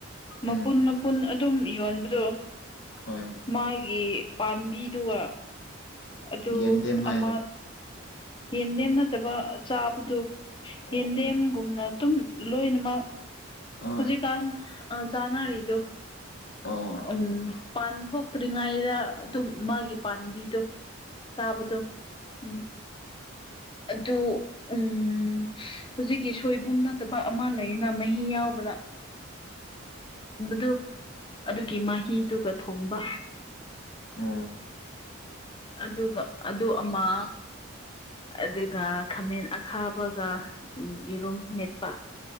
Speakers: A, on the left; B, on the left.
A: ꯃꯄꯨꯟ
B: ꯎꯝ
A: ꯃꯄꯨꯟ ꯑꯗꯨꯝ ꯌꯣꯟꯕꯗꯣ
B: ꯍꯣꯏ ꯍꯣꯏ
A: ꯃꯥꯒꯤ ꯄꯥꯝꯕꯤꯗꯨꯒ ꯑꯗꯨ
B: ꯌꯦꯟꯗꯦꯝ ꯍꯥꯏꯔꯣ
A: ꯑꯃ ꯌꯦꯟꯗꯦꯝ ꯅꯠꯇꯕ ꯆꯥꯕꯗꯨꯣ ꯌꯦꯟꯗꯦꯝꯒꯨꯝꯅ
B: ꯑꯣ
A: ꯑꯗꯨꯝ ꯂꯣꯏꯅꯃꯛ
B: ꯍꯣꯏ
A: ꯍꯧꯖꯤꯛꯀꯥꯟ ꯑ ꯆꯥꯟꯅꯔꯤꯗꯣ
B: ꯑꯣ
A: ꯎꯝ ꯄꯥꯟ ꯊꯣꯛꯇ꯭ꯔꯤꯉꯩꯗ ꯑꯗꯨꯝ ꯃꯥꯒꯤ ꯄꯥꯝꯕꯤꯗꯣ ꯆꯕꯗꯨ ꯎꯝ
B: ꯎ
A: ꯑꯗꯨ ꯎꯝ ꯍꯧꯖꯤꯛꯀꯤ ꯁꯣꯏꯕꯨꯝ ꯅꯠꯇꯕ ꯑꯃ ꯂꯩꯅ ꯃꯍꯤ ꯌꯥꯎꯕ ꯗꯨ ꯑꯗꯨꯒꯤ ꯃꯍꯤꯗꯨꯒ ꯊꯣꯡꯕ
B: ꯑ
A: ꯑꯗꯨꯒ ꯑꯗꯨ ꯑꯃ ꯑꯗꯨꯒ ꯈꯥꯃꯦꯟ ꯑꯈꯥꯕꯒ ꯌꯦꯔꯨꯝ ꯃꯦꯠꯄ